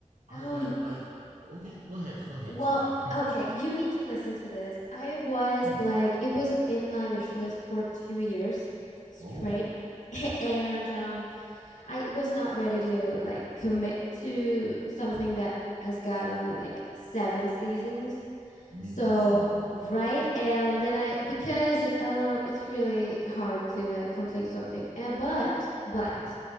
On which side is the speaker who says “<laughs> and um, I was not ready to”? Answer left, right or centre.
Left